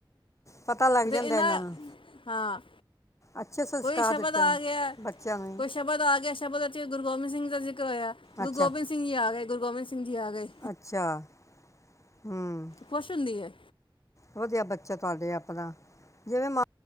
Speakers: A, on the left; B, on the left.
A: ਪਤਾ ਲੱਗ
B: ਤੇ
A: ਜਾਂਦਾ
B: ਇਹਨਾਂ
A: ਨੂੰ
B: ਹਾਂ।
A: ਅੱਛੇ ਸੰਸਕਾਰ
B: ਕੋਈ ਸ਼ਬਦ
A: ਦਿੱਤੇ
B: ਆ
A: ਨੇ
B: ਗਿਆ
A: ਬੱਚਿਆਂ ਨੂੰ ਹੀ
B: ਕੋਈ ਸ਼ਬਦ ਆ ਗਿਆ ਸ਼ਬਦ ਵਿੱਚ ਗੁਰੂ ਗੋਬਿੰਦ ਸਿੰਘ ਜੀ ਦਾ ਜ਼ਿਕਰ ਹੋਇਆ ਗੁਰੂ
A: ਅੱਛਾ
B: ਗੋਬਿੰਦ ਸਿੰਘ ਜੀ ਆ ਗਏ ਗੁਰੂ ਗੋਬਿੰਦ ਸਿੰਘ ਜੀ ਆ ਗਏ
A: ਅੱਛਾ ਹੂੰ
B: ਖੁਸ਼ ਹੁੰਦੀ ਹੈ।
A: ਵਧੀਆ ਬੱਚਾ ਤੁਹਾਡੇ ਆਪਣਾ ਜਿਵੇਂ ਮ